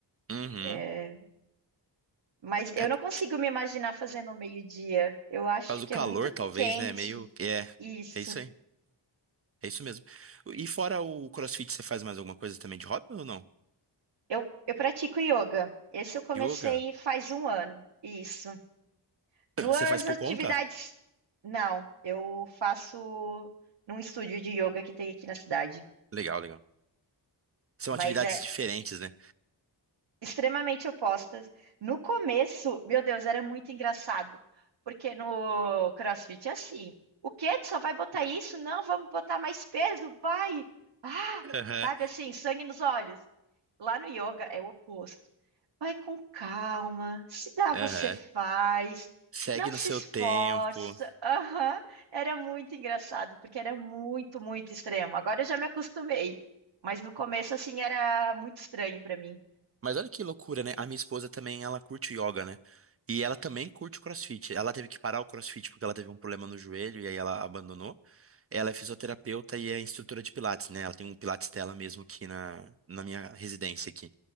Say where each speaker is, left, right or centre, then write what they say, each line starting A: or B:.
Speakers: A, on the right; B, on the right.
A: Uhum.
B: É, Mas eu
A: É por
B: não consigo me imaginar fazendo ao meio-dia. Eu acho
A: causa
B: que
A: do calor,
B: é muito
A: talvez,
B: quente
A: né? Meio que é.
B: isso.
A: É isso aí. É isso mesmo. E fora o CrossFit, você faz mais alguma coisa também de hobby ou não?
B: Eu, eu pratico yoga. Esse eu comecei
A: Yoga?
B: faz um ano. Isso. Duas
A: Você faz por
B: atividades.
A: conta?
B: Não, eu faço num estúdio de yoga que tem aqui na cidade.
A: Legal, legal. São
B: Mas
A: atividades
B: é,
A: diferentes, né?
B: extremamente opostas. No começo, meu Deus, era muito engraçado, porque no CrossFit é assim. O quê? Tu só vai botar isso? Não, vamos botar mais peso, vai! Ah,
A: Aham,
B: sabe assim, sangue nos olhos. Lá no yoga é o oposto. Vai com calma, se dá, você
A: aham.
B: faz,
A: Segue
B: não
A: no
B: se
A: seu
B: esforça.
A: tempo.
B: Aham, Era muito engraçado, porque era muito, muito extremo. Agora eu já me acostumei, mas no começo, assim, era muito estranho para mim.
A: Mas olha que loucura, né? A minha esposa também, ela curte yoga, né? E ela também curte CrossFit. Ela teve que parar o CrossFit porque ela teve um problema no joelho e aí ela abandonou. Ela é fisioterapeuta e é instrutora de Pilates, né? Ela tem um Pilates dela mesmo aqui na, na minha residência aqui.